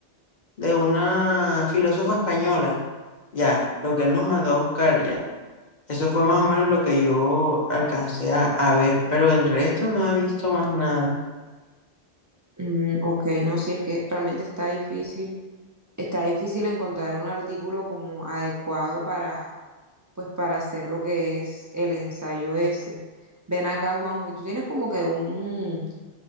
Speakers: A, on the left; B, on the right.
A: De una filósofa española, ya, lo que él nos mandó a buscar, ya. Eso fue más o menos lo que yo alcancé a, a ver, pero el resto no he visto más nada.
B: Mm, ok, no, si es que realmente está difícil, está difícil encontrar un artículo como adecuado para, pues, para hacer lo que es el ensayo ese. Ven acá, Juanjo, y tú tienes como que un,